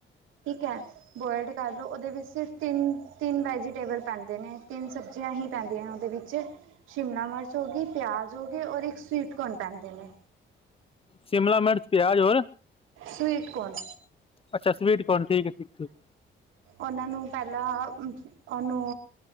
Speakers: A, on the right; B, on the left.
A: ਠੀਕ ਐ? ਬੋਇਲਡ ਕਰ ਲੋ ਓਦੇ ਵਿੱਚ ਸਿਰਫ ਤਿੰਨ -ਤਿੰਨ ਵੈਜੀਟੇਬਲ ਪੈਂਦੇ ਨੇ ਤਿੰਨ ਸਬਜ਼ ਦਹੀ ਪੈਦੀ ਆ ਓਦੇ ਵਿੱਚ ਸ਼ਿਮਲਾ ਮੈਰਚ ਹੋ ਗੀ ਪਿਆਜ ਹੋ ਗਏ ਔਰ ਏਕ ਸਵੀਟਕੌਨ ਪੈਦੇ ਨੇ।
B: ਸ਼ਿਮਲਾ ਮਿਰਚ, ਪਿਆਜ ਹੋਰ?
A: Sweet corn.
B: ਅੱਛਾ ਸਵੀਟਕੋਨ ਠੀਕ, ਐ ਠੀਕ-ਠੀਕ।
A: ਓਨਾਂ ਨੂੰ ਪੈਲਾਂ ਔਨੂੰ